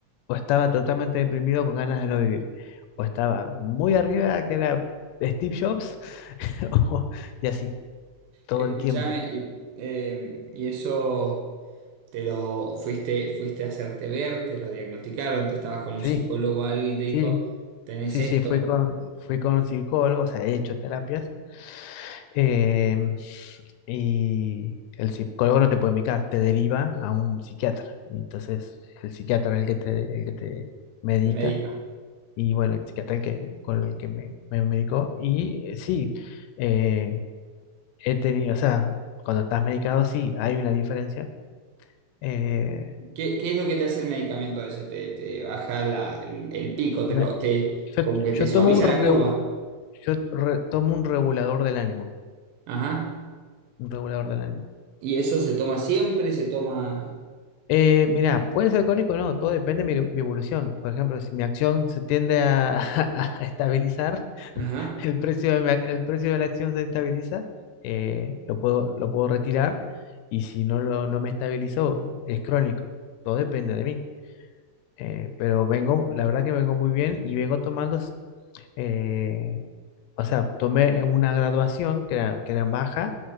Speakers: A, on the left; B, on the right.
A: o estaba totalmente deprimido con ganas de no vivir. O estaba muy arriba, que era Steve Jobs, <laughs> o- y así, todo
B: Escúchame,
A: el tiempo.
B: y, eh, y eso te lo fuiste, fuiste a hacerte ver, te lo diagnosticaron, te estabas con un
A: Sí,
B: psicólogo, o alguien y te dijo,
A: sí.
B: tenés
A: Sí,
B: esto,
A: sí, fui con, fui con un psicólogo, o sea, he hecho terapias, em, y el psicólogo no te puede medicar, te deriva a un psiquiatra. Y Entonces, el psiquiatra es el que te, el que te medica,
B: te medica.
A: y bueno, el psiquiatra el que, con el que me, me medicó. Y eh, sí, eh, he tenido, o sea, cuando estás medicado, sí, hay una diferencia. Eh,
B: ¿Qué, qué es lo que te hace el medicamento ese? Te, te baja la- el, el pico, te
A: me-
B: lo, te,
A: yo,
B: como que
A: yo
B: te suaviza
A: tomo un, reu-
B: la curva.
A: yo re- tomo un regulador del ánimo,
B: Ajá.
A: un regulador del ánimo.
B: Y eso se toma siempre, se toma.
A: Eh, mira, puede ser alcohólico o no, todo depende de mi, mi evolución. Por ejemplo, si mi acción se tiende a, <laughs> a estabilizar,
B: Ajá.
A: el precio de, mi ac- el precio de la acción se estabiliza, eh, lo puedo, lo puedo retirar y si no, lo, no me estabilizó, es crónico. Todo depende de mí. Eh, pero vengo, la verdad que vengo muy bien y vengo tomando, s- eh, o sea, tomé una graduación que era, que era baja